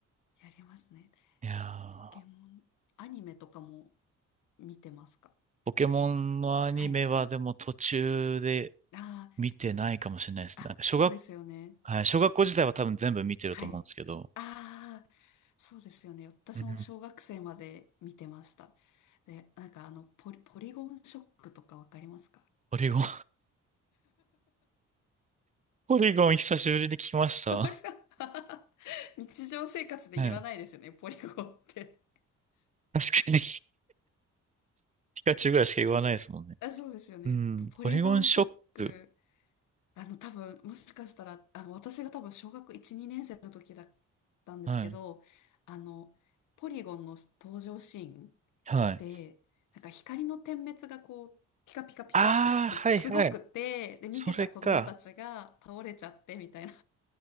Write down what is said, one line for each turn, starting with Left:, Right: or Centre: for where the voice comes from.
Left: りますね。
Right: いやー、
Left: ポケモン、アニメとかも見てますか
Right: ポケモンのアニメはでも途中で
Left: 結構。はい。ああ。
Right: 見てないかもしれないですね。
Left: あ、
Right: なんか小学、
Left: そうですよね。
Right: はい、小学校時代は多分全部見てると思うんですけど、
Left: はい。ああ、そうですよね。私も小学生まで見てました。
Right: うん。
Left: で、なんかあの、ポリ、ポリゴンショックとかわかりますか
Right: ポリゴン、ポリゴン久しぶりに聞きました。
Left: あ <laughs> れは <laughs> 日常生活で言わないですよね、
Right: はい。
Left: ポリゴンって。
Right: 確かにピカチュウぐらいしか言わないですもんね。
Left: あ、そうですよね。
Right: うん。
Left: ポ、ポリゴンショック、
Right: ポリゴンショック。
Left: あの、多分、もしかしたら、あの、私が多分小学1、2年生の時だったんですけど、
Right: はい。
Left: あの、ポリゴンの登場シーン
Right: はい。
Left: で、なんか光の点滅がこう、ピカピカピカってす、
Right: ああ、はいはい。
Left: すごくて、で、見てた子供たちが倒れちゃってみたいな
Right: それか。